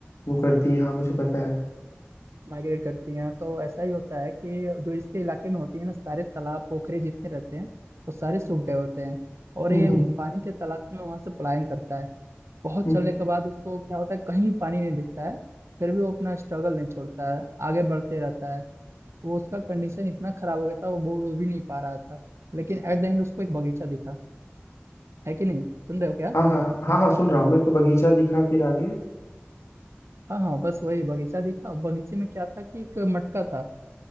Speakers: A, on the left (about 85°); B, on the right (about 75°).
A: वो करती हैं हाँ मुझे पता है
B: माइग्रेट करती हैं तो ऐसा ही होता है कि जो इसके इलाके में होती है ना सारे तालाब पोखरे जितने रहते हैं वो सारे सूख गए होते हैं और
A: हम्म
B: ये उस पानी के तालाब में वहां से पलायन करता है बहुत
A: हम्म
B: चलने के बाद उसको क्या होता है कहीं भी पानी नहीं दिखता है फिर भी वो अपना स्ट्रगल नहीं छोड़ता है आगे बढ़ते रहता है वो उसका कंडीशन इतना खराब हो गया था वो बोल भी नहीं पा रहा था लेकिन एट द एंड उसको एक बगीचा दिखा है कि नहीं सुन रहे हो क्या
A: हाँ हाँ हाँ हाँ सुन रहा हूँ मैं तो बगीचा दिखा फिर आगे
B: हाँ हाँ बस वही बगीचा देखा बगीचे में क्या था कि एक मटका था